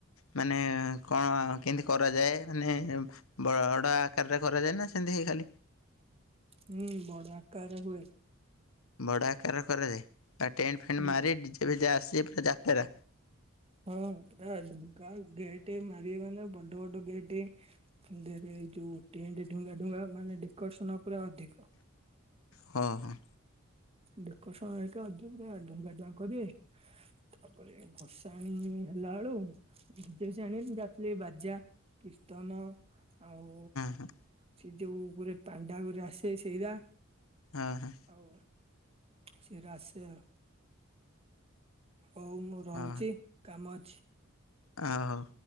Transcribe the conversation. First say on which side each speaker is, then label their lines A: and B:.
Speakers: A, on the left; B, on the right.
A: ମାନେ କଣ କେମିତି କରାଯାଏ ମାନେ ବଡ଼ ଆକାରରେ କରାଯାଏ ନା ସେମିତି ଖାଲି
B: ହୁଁ ବଡ ଆକାରରେ ହୁଏ
A: ବଡ଼ ଆକାରରେ କରାଯାଏ। ଆଉ ଟେଣ୍ଟ ଫେଣ୍ଟ
B: ହୁଁ
A: ମାରି ଡିଜେ ଫିଜେ ଆସି ପୁରା ଯାତେରା
B: ହଁ ପୁରା ଢୁଙ୍ଗା ଗେଟ୍ ମାରିବେ ମାନେ ବଡ ବଡ ଗେଟ୍ ଏଇ ଯୋଉ ଟେଣ୍ଟ ଢୁଙ୍ଗା ଢୁଙ୍ଗା ମାନେ ଡେକୋରେସନ ପୁରା ଅଧିକ
A: ହଁ ହଁ
B: ଡେକୋରେସନ ହେରିକା ଅଧିକ ପୁରା ଢୁଙ୍ଗା ଢୁଙ୍ଗା କରିବେ ତାପରେ ଭସାଣି ହେଲା ବେଳୁ ଡିଜେ ଫିଜେ ଆଣିବେନି ଯାହାଥିଲେ ବାଜା କୀର୍ତ୍ତନ ଆଉ
A: ହଁ
B: ସେ ଯୋଉ ଗୁରେ ପାଣ୍ଡା ଗୁରେ ଆସେ ସେଇରା
A: ହଁ
B: ଆଉ ସେଇରା ଆସେ ଆଉ ହଉ ମୁଁ ରହୁଛି
A: ହଁ
B: କାମ ଅଛି।
A: ହଁ ହଉ।